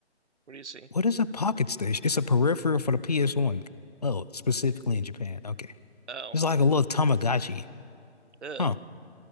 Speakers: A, on the right (about 80°); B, on the left (about 35°).
A: What do you see?
B: What is a Pocket Station? It's a peripheral for the PS1. Oh, specifically in Japan. Okay.
A: Oh,
B: It's like a little Tamagotchi.
A: ugh,
B: Huh.